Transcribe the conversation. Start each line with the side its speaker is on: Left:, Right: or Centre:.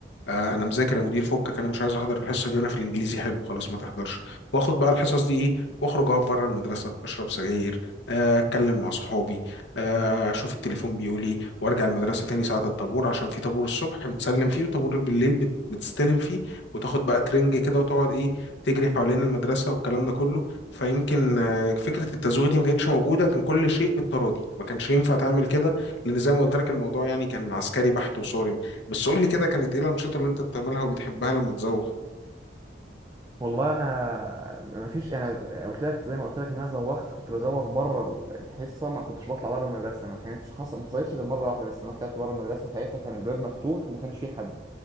Left: آه انا مذاكر يا مدير فكك انا مش عايز احضر الحصه دي وانا في الانجليزي حلو خلاص ما تحضرش واخد بقى الحصص دي ايه واخرج اقف بره المدرسه اشرب سجاير آه اتكلم مع صحابي آه اشوف التليفون بيقول ايه وارجع المدرسه تاني ساعه الطابور عشان في طابور الصبح بتسلم فيه وطابور بالليل بت- بتستلم فيه وتاخد بقى ترنج كده وتقعد ايه تجري حوالين المدرسه والكلام ده كله فيمكن آه فكره التزويغ دي ما كانتش موجوده كان كل شيء بالتراضي ما كانش ينفع تعمل كده لان زي ما قلت لك الموضوع يعني كان عسكري بحت وصارم بس قول لي كده كانت ايه الانشطه اللي انت بتعملها وبتحبها لما تزوغ
Right: والله انا مفيش انا قلت لك زي ما قلت لك ان انا زوغت كنت بزوغ بره الحصه ما كنتش بطلع بره المدرسه ما كانتش حصل ما حصلتش غير مره واحده بس انا طلعت بره المدرسه ساعتها كان الباب مفتوح وما كانش فيه حد